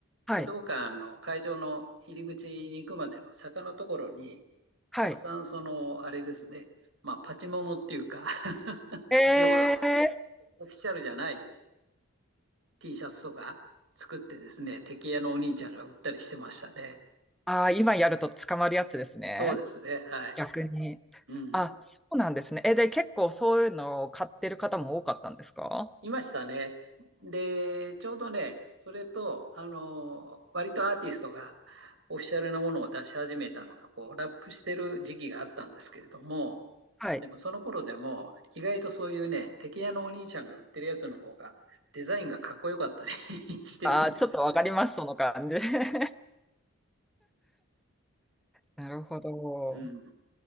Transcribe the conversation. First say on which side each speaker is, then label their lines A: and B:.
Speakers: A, in the centre; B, on the right.
A: はい、
B: 武道館の会場の入り口に行くまでの坂のところに、
A: はい。
B: たくさんその、あれですね、まあ、パチモノっていうか <laughs>
A: えー、
B: 要は、オフィシャルじゃない T シャツとか作ってですね、敵屋のお兄ちゃんが売ったりしてましたね。
A: あー、今やると捕まるやつですね。
B: そうですね、はい。
A: 逆に。
B: うん。
A: あ、そうなんですね。え、で、結構そういうのを買ってる方も多かったんですか
B: いましたね。で、ちょうどね、それと、あの、割とアーティストがオフィシャルなものを出し始めたのが、こう、ラップしてる時期があったんですけれども、
A: はい。
B: でもその頃でも、意外とそういうね、敵屋のお兄ちゃんが売ってるやつの方が、デザインがかっこよかったり <laughs> してたんですよね。
A: あー、ちょっとわかります、その感じ。<laughs> なるほど。
B: うん。